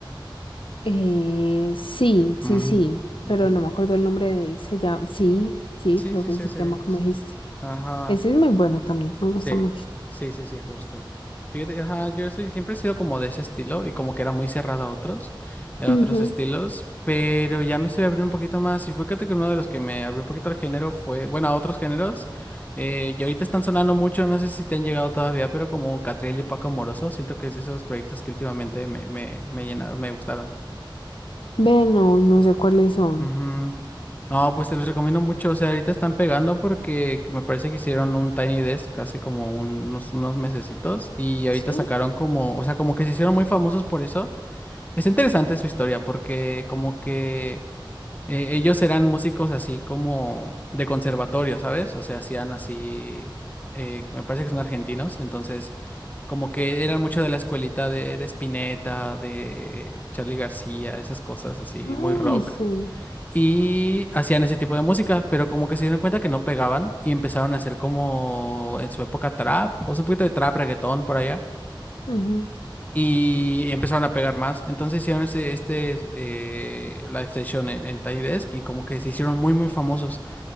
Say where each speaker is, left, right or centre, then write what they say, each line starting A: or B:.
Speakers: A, on the left; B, on the left.
A: Eh, sí, sí,
B: Ujú,
A: sí, pero
B: ujú.
A: no me acuerdo el nombre de él. Se llama, sí, sí,
B: Sí,
A: creo
B: sí,
A: que
B: sí,
A: se
B: sí,
A: llama como
B: sí.
A: dijiste.
B: Ajá.
A: Ese es muy bueno también, me gusta
B: Sí,
A: mucho.
B: sí, sí, sí, justo. Fíjate, ajá, yo soy, siempre he sido como de ese estilo y como que era muy cerrado a otros, a
A: Ujú.
B: otros estilos, pero ya me estoy abriendo un poquito más y fíjate que uno de los que me abrió un poquito al género fue, bueno, a otros géneros, eh, y ahorita están sonando mucho, no sé si te han llegado todavía, pero como Catriel y Paco Moroso, siento que es de esos proyectos que últimamente me, me, me llenaron, me gustaron.
A: Ve, no, no sé cuáles son.
B: Ujú. No, pues te los recomiendo mucho. O sea, ahorita están pegando porque que me parece que hicieron un Tiny Desk hace como un- unos, unos mesecitos y ahorita
A: Sí.
B: sacaron como, o sea, como que se hicieron muy famosos por eso. Es interesante su historia porque como que eh, ellos eran músicos así como de conservatorio, ¿sabes? O sea, hacían así, eh, que me parece que son argentinos, entonces como que eran mucho de la escuelita de, de Spinetta, de Charly García, esas cosas así, muy
A: Ay,
B: rock
A: sí.
B: y hacían ese tipo de música, pero como que se dieron cuenta que no pegaban y empezaron a hacer como en su época trap, o sea, un poquito de trap, reggaetón por allá,
A: Ujú.
B: y empezaron a pegar más. Entonces hicieron ese, este eh, live session en, en Tiny Desk y como que se hicieron muy, muy famosos.